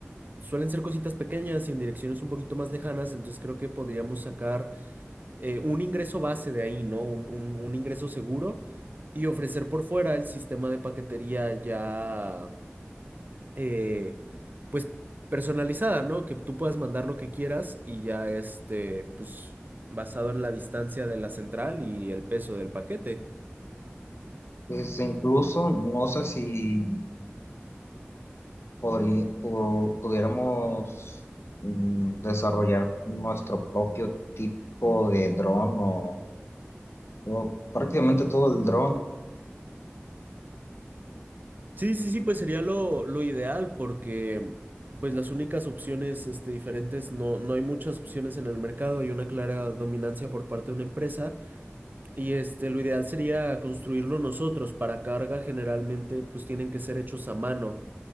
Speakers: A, on the right; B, on the left.
A: Suelen ser cositas pequeñas y en direcciones un poquito más lejanas, entonces creo que podríamos sacar eh, un ingreso base de ahí, ¿no? Un, un- un ingreso seguro y ofrecer por fuera el sistema de paquetería ya, eh, pues, personalizada, ¿no? Que tú puedas mandar lo que quieras y ya, este, pues, basado en la distancia de la central y el peso del paquete.
B: Pues incluso no sé si podrí- pu- pudiéramos mm, desarrollar nuestro propio tipo de dron o o prácticamente todo el dron.
A: Sí, sí, sí, pues sería lo, lo ideal porque pues las únicas opciones este, diferentes, no, no hay muchas opciones en el mercado, hay una clara dominancia por parte de una empresa y este, lo ideal sería construirlo nosotros. Para carga generalmente pues tienen que ser hechos a mano.